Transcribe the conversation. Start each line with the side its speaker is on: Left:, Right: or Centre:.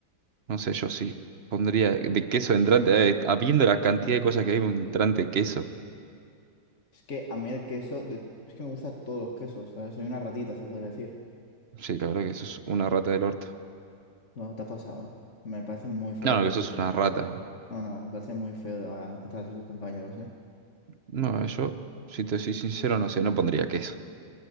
Right: No sé, yo sí. Pondría de queso de entrante, eh, habiendo la cantidad de cosas que hay, un entrante de queso.
Left: Es que a mí el queso, de- es que me gustan todos los quesos, ¿sabes? Soy una ratita, se podría decir.
Right: Sí, la verdad que sos una rata del orto.
Left: Bueno, te has pasado, ¿eh? Me parece muy feo
Right: No,
Left: lo
Right: no,
Left: que me
Right: que
Left: has
Right: sos
Left: dicho de
Right: una
Left: tu compañero.
Right: rata.
Left: No, no, me parece muy feo ah, tratar así a tus compañeros, ¿eh?
Right: No, yo, si te soy sincero, no sé, no pondría queso.